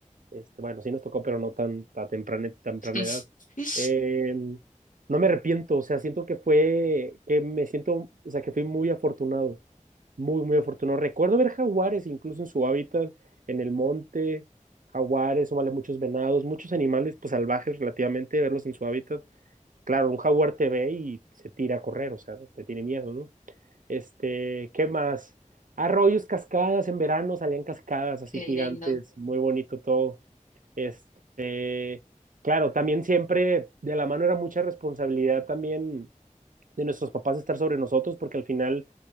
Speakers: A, on the right; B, on the left.
A: Este, bueno, sí nos tocó, pero no tan, tan temprana, temprana
B: <laughs>
A: edad. Eh, no me arrepiento, o sea, siento que fue, que me siento, o sea, que fui muy afortunado, muy, muy afortunado. Recuerdo ver jaguares incluso en su hábitat, en el monte, jaguares, o vale muchos venados, muchos animales, pues salvajes relativamente, verlos en su hábitat. Claro, un jaguar te ve y se tira a correr, o sea, te tiene miedo, ¿no? Este, ¿qué más? Arroyos, cascadas, en verano salían cascadas así
B: Qué
A: gigantes,
B: lindo.
A: muy bonito todo. Este, claro, también siempre de la mano era mucha responsabilidad también de nuestros papás estar sobre nosotros, porque al final